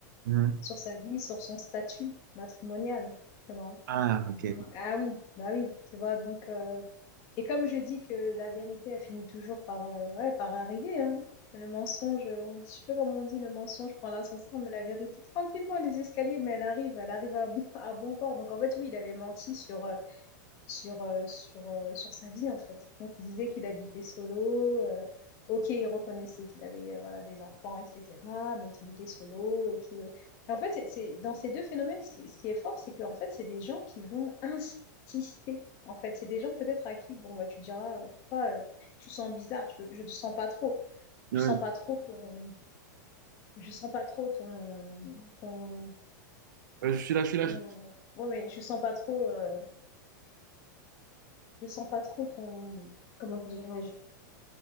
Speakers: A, on the right; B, on the left.
A: Mhm.
B: sur sa vie, sur son statut matrimonial. tu vois.
A: Ah, ok.
B: Donc, ah oui, bah oui, tu vois, donc... euh, Et comme je dis que la vérité, elle finit toujours par, euh, ouais, par arriver, hein. Le mensonge, on dit, je sais pas comment on dit, le mensonge prend l'ascenseur, mais la vérité, tranquillement, les escaliers, mais elle arrive, elle arrive à bon, <laughs> à bon port. Donc en fait, oui, il avait menti sur, euh, sur, euh, sur, euh, sur sa vie, en fait. Donc, il disait qu'il habitait solo. euh, ok, il reconnaissait qu'il avait euh, voilà, des enfants, etc., mais qu'il était solo. Et que... Et en fait, c'est, c'est- dans ces deux phénomènes, ce qui, ce qui est fort, c'est qu'en fait, c'est des gens qui vont insister. En fait, c'est des gens peut-être à qui, bon, bah, tu diras, euh, toi, euh, tu, tu sens bizarre, je ne sens pas trop.
A: Ouais,
B: Je sens pas trop ton, je sens pas trop ton, ton,
A: Ouais, je suis là, je suis là.
B: ton-
A: je-
B: ouais, mais je sens pas trop, euh, je sens pas trop ton, comment dirais-je,